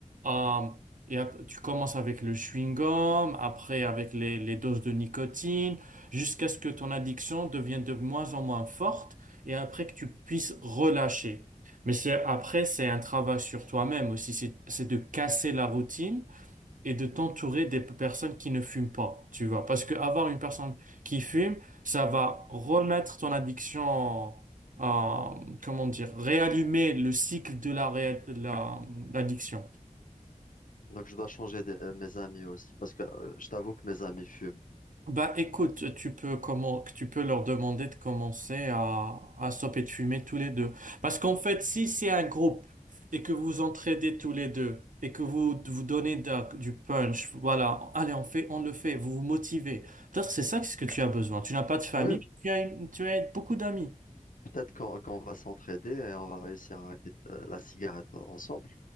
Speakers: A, on the right; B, on the left.
A: euh, et ap- tu commences avec le chewing-gum, après avec les, les doses de nicotine, jusqu'à ce que ton addiction devienne de moins en moins forte, et après que tu puisses relâcher. Mais c'est, après, c'est un travail sur toi-même aussi, c'est c'est de casser la routine et de t'entourer des p- personnes qui ne fument pas, tu vois. Parce que avoir une personne qui fume, ça va remettre ton addiction, en- en- comment dire, réallumer le cycle de la, ré- la- l'addiction.
B: Donc, je dois changer de- euh, mes amis aussi, parce que euh, je t'avoue que mes amis fument.
A: Bah écoute, tu peux comment tu peux leur demander de commencer à, à stopper de fumer tous les deux. Parce qu'en fait, si c'est un groupe et que vous entraidez tous les deux et que vous vous donnez de- du punch, voilà, allez, on fait, on le fait, vous vous motivez. Peut-être que c'est ça que ce que tu as besoin. Tu n'as pas de famille,
B: Oui,
A: mais tu as une- tu as beaucoup d'amis.
B: peut-être qu'on qu'on va s'entraider et on va réussir à arrêter euh, la cigarette ensemble.